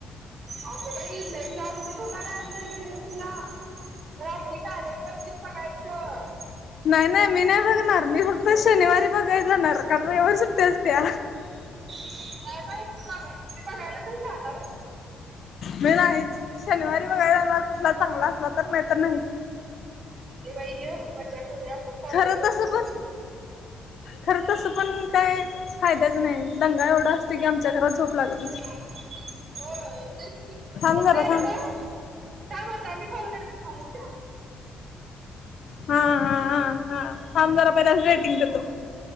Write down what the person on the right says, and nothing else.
अगो बाई लय जागरण होणार हाय आपलं जयंतीला. रात्री कार्यक्रम तेन बघायचं.
नाही बई,, तुलाकाय मी बघायला तरी जाणारच.
ए बाई ए, मज्जा करूया. आपण कॉलवर
बोलतो
होय, तेच कि मग,
ते
नवं थांब आता, मी कॉल करते थांब